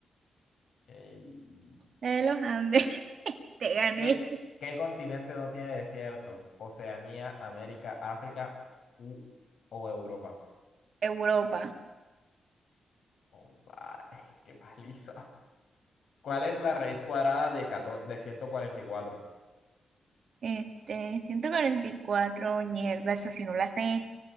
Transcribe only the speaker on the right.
la de los Andes. <laughs> Te gané.
Europa.
Este, ciento cuarenta y cuatro mierda, eso sí no la sé.